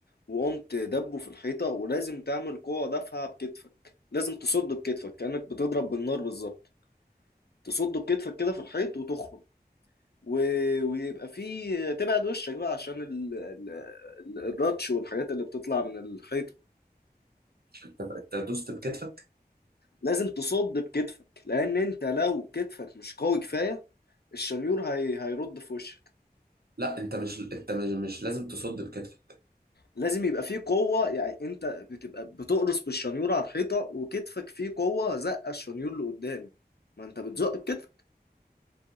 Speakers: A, on the left; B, on the right.
A: وقمت دبه في الحيطة ولازم تعمل قوة دافعة بكتفك لازم تصده بكتفك كأنك بتضرب بالنار بالظبط تصده بكتفك كده في الحيط وتخرج و... ويبقى فيه تبعد وشك بقى عشان ال... ال... ال- الراتش والحاجات اللي بتطلع من الحيط
B: انت انت دوست بكتفك
A: لازم تصد بكتفك لأن انت لو كتفك مش قوي كفاية الشنيور هي... هيرد في وشك
B: لا انت مش انت مش, مش لازم تصد بكتفك
A: لازم يبقى فيه قوة يعني انت بتبقى بتقرص بالشنيور على الحيطة وكتفك فيه قوة زقة الشنيور لقدام ما انت بتزق بكتفك